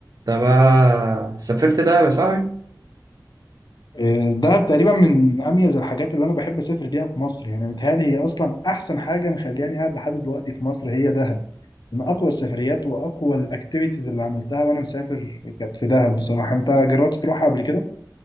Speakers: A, on the right (about 50°); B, on the left (about 65°).
A: ده بقى سافرت ده يا صاحبي
B: آه، دهب تقريبا من اميز الحاجات اللي انا بحب اسافر ليها في مصر يعني متهيألي هي اصلا احسن حاجه مخلياني قاعد لحد دلوقتي في مصر هي دهب من اقوى السفريات واقوى الاكتيفيتيز اللي عملتها وانا مسافر كانت في دهب بصراحه انت جربت تروحها قبل كده